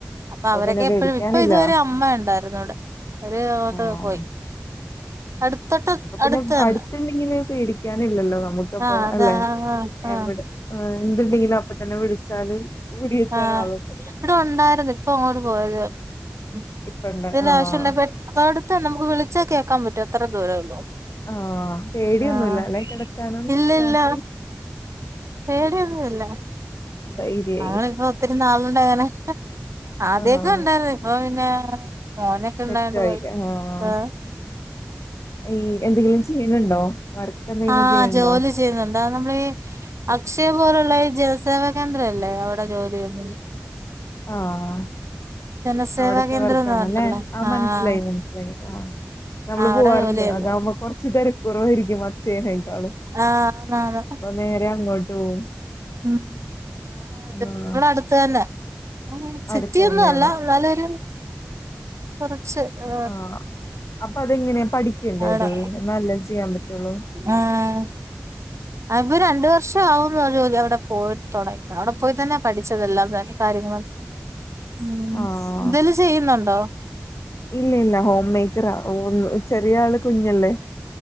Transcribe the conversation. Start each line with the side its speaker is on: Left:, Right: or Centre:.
Right: അപ്പൊ അവരൊക്കെ
Left: പിന്നെ
Right: എപ്പഴും
Left: പേടിക്കാനില്ല
Right: ഇപ്പൊ ഇതുവരെ അമ്മ ഉണ്ടായിരുന്നു അവിടെ അവര് അങ്ങോട്ട്
Left: ആഹ്
Right: പോയി അടുത്തട്ട്
Left: പിന്നെ
Right: അടുത്ത തന്നെ
Left: അമ്മ ഇണ്ടെങ്കിലും പേടിക്കാൻ ഇല്ലല്ലോ നമുക്ക് അപ്പൊ
Right: ആഹ് അതാ
Left: അല്ലെ
Right: ആഹ് ആഹ്
Left: എവിടെ ആ എന്തുണ്ടെങ്കിലും അപ്പ തന്നെ വിളിച്ചാല് ഓടിയെത്താന്
Right: ആഹ്
Left: ആളുണ്ട്
Right: ഇവിടെ ഒണ്ടായിരുന്നു ഇപ്പ അങ്ങോട്ട് പോയത് എന്തേലും
Left: ഇപ്പണ്ട് ആഹ്
Right: ആവിശ്യംയുണ്ടെങ്കിൽ പോയി - അത് അടുത്ത നമുക്ക് വിളിച്ചാൽ കേക്കാൻ പറ്റോ അത്ര ദൂരേ ഉള്ളോ
Left: ആഹ് പേടിയൊന്നുല്ല
Right: ആഹ്
Left: അല്ലെ കിടക്കാനൊന്നും
Right: ഇല്ല
Left: രാത്രി
Right: ഇല്ല പേടി ഒന്നു ഇല്ല
Left: ന്ത ഇ <unintelligible>
Right: നമ്മളിപ്പോ ഒത്തിരി നാളു കൊണ്ടങ്ങനെ ആദ്യൊക്കെ
Left: ആഹ്
Right: ഉണ്ടായിരുന്നു ഇപ്പൊ പിന്നെ- മോനൊക്കെ
Left: സെറ്റായി
Right: ഉണ്ടായൊണ്ട്
Left: ആഹ്
Right: ഏ
Left: ഈ എന്തെങ്കിലും ചെയ്യണണ്ടോ വർക്ക് എന്തെങ്കിലും
Right: ആഹ്
Left: ചെയ്യണണ്ടോ
Right: ജോലി ചെയ്യുന്നുണ്ട് അത് നമ്മളീ അക്ഷയ പോലുള്ള ഈ ജലസേവ കേന്ദ്രയല്ലേ അവിടെ ജോലി ചെയ്യുന്നത്
Left: ആഹ്
Right: ജനസേവാ
Left: അവിടത്തെ
Right: കേന്ദ്രംന്ന്
Left: വർക്കാണല്ലേ
Right: പറഞ്ഞിട്ടല്ലേ
Left: ആ
Right: ആഹ്
Left: മനസിലായി മനസിലായി ആഹ് നമ്മള്
Right: അവിടെ
Left: പോവാറുണ്ട്
Right: ജോലി ചെയ്തു
Left: അതാകുമ്പോ കൊറച്ച് പേര് കൊറവായിരിക്കും അക്ഷയനേക്കാളും
Right: ആഹ് ആന് ആന്
Left: നേരെ അങ്ങോട്ടും പോകും
Right: ഉം നട <unintelligible>
Left: ആഹ്
Right: നമ്മള അടുത്ത തന്നെ ഉ ചിറ്റി
Left: അടുത്ത്
Right: <unintelligible> യൊന്നും
Left: തന്നെയാണ്
Right: അല്ല എന്നാലൊരു കുറച്ച് ആ
Left: ആഹ് അപ്പൊ അതെങ്ങനെയാ പഠിക്കണ്ടേ
Right: അവിടെ
Left: അത് എന്നാലല്ലേ ചെയ്യാൻ പറ്റുള്ളൂ
Right: ആഹ് ആ ഇപ്പോ രണ്ടു വർഷം ആവുന്നു അവിടെ രണ്ട്പോയി തൊടങ അവിടെ പോയി തന്നെ പഠിച്ചതെല്ലാം തന്നെ കാര്യങ്ങളും ഉം
Left: ആഹ്
Right: എന്തങ്കിലുംചെയ്യുന്നുണ്ടോ
Left: ഇല്ല ഇല്ല ഹോം മേറ്ററാ ചെറിയ ആള് കുഞ്ഞല്ലേ